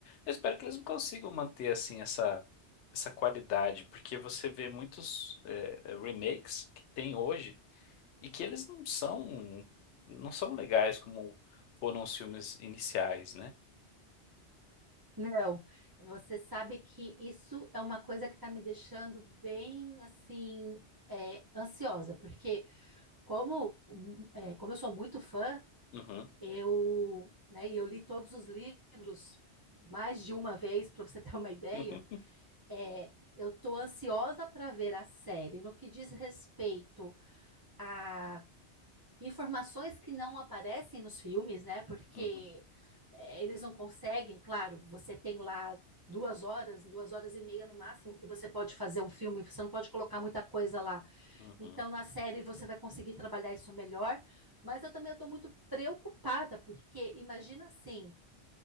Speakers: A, on the left; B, on the right.
A: Eu espero que eles consigam manter assim essa, essa qualidade, porque você vê muitos é, é, remakes que tem hoje e que eles não são não são legais como foram os filmes iniciais, né?
B: Não, você sabe que isso é uma coisa que está me deixando bem assim é, ansiosa, porque como hum, é, como eu sou muito fã,
A: Uhum.
B: eu, né, e eu li todos os livros mais de uma vez para você ter uma <laughs> ideia.
A: <laughs>
B: É, eu estou ansiosa para ver a série. No que diz respeito a informações que não aparecem nos filmes, né? Porque
A: Uhum.
B: é, eles não conseguem, claro, você tem lá duas horas, duas horas e meia no máximo que você pode fazer um filme, você não pode colocar muita coisa lá.
A: Uhum.
B: Então, na série você vai conseguir trabalhar isso melhor, mas eu também estou muito preocupada, porque imagina assim,